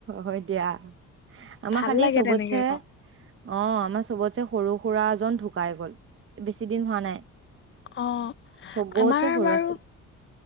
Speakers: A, on the right; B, on the left.
A: হয় দিয়া, আমাৰ
B: ভাল
A: খালি
B: লাগে
A: চবতছে
B: তেনেকে আকৌ।
A: অ', আমাৰ চবতছে সৰু খুৰা জন ঢুকাই গ'ল, বেছি দিন হোৱা নাই।
B: অ
A: চবতচে
B: আমাৰ
A: সৰু
B: বাৰু
A: আছিল।